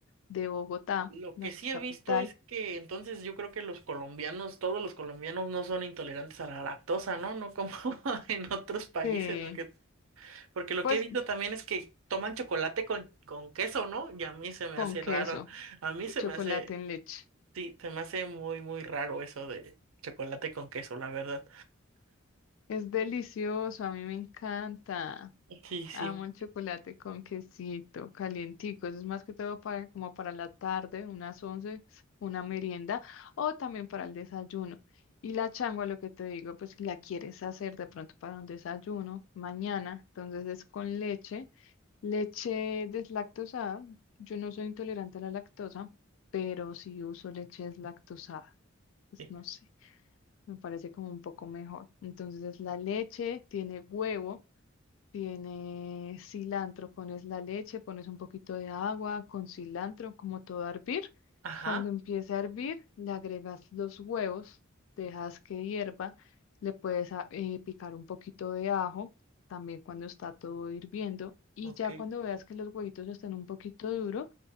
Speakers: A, on the left; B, on the right.
A: de Bogotá,
B: Lo
A: la
B: que sí
A: capital.
B: he visto es que entonces yo creo que los colombianos, todos los colombianos no son intolerantes a la lactosa, ¿no? No como <laughs> en otros países,
A: Sí,
B: porque, porque lo
A: pues
B: que he visto también es que toman chocolate con, con queso, ¿no? Y a mí se me
A: con
B: hace
A: queso
B: raro, a mí
A: y
B: se
A: chocolate
B: me hace,
A: en leche.
B: sí, se me hace muy, muy raro eso de chocolate con queso, la verdad.
A: Es delicioso, a mí me encanta.
B: Sí, sí.
A: Amo el chocolate con quesito, calientico. Eso es más que todo para, como para la tarde, unas once, una merienda, o también para el desayuno. Y la changua, lo que te digo, pues si la quieres hacer de pronto para un desayuno mañana. Entonces es con leche, leche deslactosada. Yo no soy intolerante a la lactosa, pero sí uso leche deslactosada. Pues
B: Eh,
A: no sé me parece como un poco mejor. Entonces es la leche, tiene huevo, tiene cilantro, pones la leche, pones un poquito de agua con cilantro, como todo a hervir.
B: Ajá,
A: Cuando empiece a hervir, le agregas los huevos, dejas que hierva, le puedes a- eh, picar un poquito de ajo, también cuando está todo hirviendo. Y
B: ok.
A: ya cuando veas que los huevitos están un poquito duros,